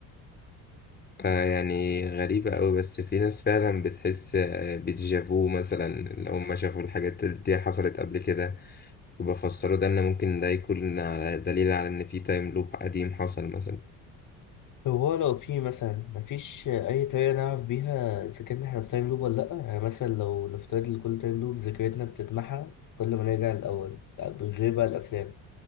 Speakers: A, on the left; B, on the left.
A: آه يعني غريبة أوي بس في ناس فعلا بتحس آه، بديجافو مثلا لو ما شافوا الحاجات دي حصلت قبل كده وبفسروا ده إن ممكن ده يكون على- دليل على إن في تايم لوب قديم حصل مثلا
B: طب هو لو في مثلا مفيش اي طريقه نعرف بيها اذا كنا احنا في تايم لوب ولا لا يعني مثلا لو نفترض ان كل تايم لوب ذاكرتنا بتتمحى كل ما نرجع الاول بغير بقى الافلام